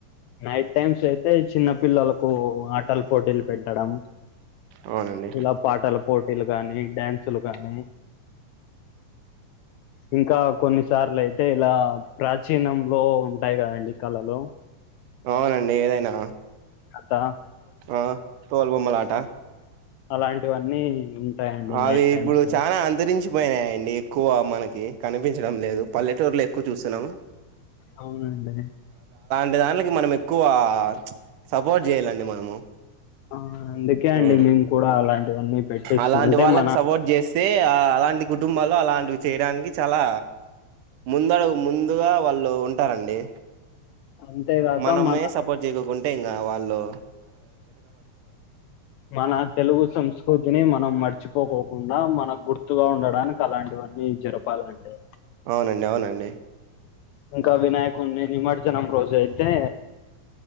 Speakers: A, on the left; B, on the right.
A: నైట్ టైమ్స్ అయితే చిన్న పిల్లలకు అట్ టల్ పోటీలు పెట్టడం
B: అవునండి
A: ఇలా పాటల పోటీలు కానీ డ్యాన్స్ చలు కానీ ఇంకా కొన్నిసార్లు అయితే ఇలా ప్రాచీనంలో ఉంటాయి కదండి కళలు
B: అవునండి ఏదైనా
A: అత
B: ఆ తోల్ బొమ్మలాట
A: అలాంటివన్నీ ఉంటాయండి
B: అవి
A: నైట్ టైమ్స్
B: ఇప్పుడు చాలా అంతరించిపోయినాయండి ఎక్కువ మనకి కనిపించడం లేదు పల్లెటూరులో ఎక్కువ చూస్తున్నాము
A: అవునండి
B: అే దానికి మనం ఎక్కువ సపోర్ట్ చేయ్యాలండి మనము
A: ఆ అందుకే అండి
B: హ్మ్.
A: మేము కూడా అలాంటివన్నీ పెట్టిస్తా
B: అలాంటి
A: అంటే
B: వాళ్ళకి
A: మన
B: సపోర్ట్ చేస్తే అలాంటి కుటుంబాలు అలాంటివి చేయడానికి చాలా ముందుగ ముందుగా వాళ్ళు ఉంటారండి
A: అంతేగాక
B: మనమే
A: మన
B: సపోర్ట్ చేయకోకుంటే ఇంకా వాలో
A: మన తెలుగు సంస్కృతిని మనం మర్చిపో కుండా మనకు గుర్తుగా ఉండడానికి అలాంటివన్నీ జరపాలండి
B: అవునండి అవునండి
A: ఇంకా వినాయకుడిని నిమజ్జనం రోజ అయితే